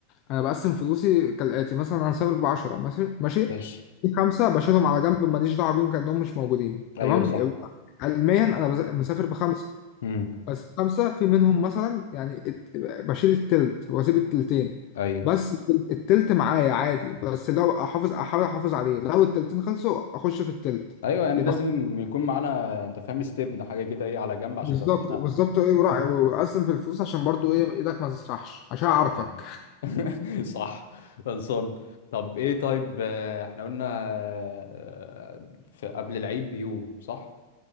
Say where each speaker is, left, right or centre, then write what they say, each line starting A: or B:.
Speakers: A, on the left; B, on the left.
A: انا بقسم فلوسي كالاتي مثلا انا سابق بعشرة ماشي ماشي
B: ماشي
A: في خمسة بشيلهم على جنب ماليش دعوة بيهم كأنهم مش موجودين تمام
B: ايوه صح
A: يبقى علميا انا بز- مسافر بخمسة
B: امم
A: بس خمسة في منهم مثلا يعني الت- بشيل التلت واسيب التلتين
B: ايوه
A: بس التل- التلت معايا عادي بس لو احافظ احاول احافظ عليه لو التلتين خلصوا اخش في التلت
B: ايوه يعني
A: يبقى
B: لازم
A: خ-
B: يكون معانا انت فاهم استبن حاجه كده ايه على جنب عشان
A: بالظبط
B: لو اتزنقنا
A: بالظبط ايه وراعي واقسم في الفلوس عشان برضو ايه ايدك ما تسرحش عشان
B: صح
A: اعرفك
B: يعني <laughs> صح خلصان طب ايه طيب آه، احنا قلنا آه، في قبل العيد بيوم صح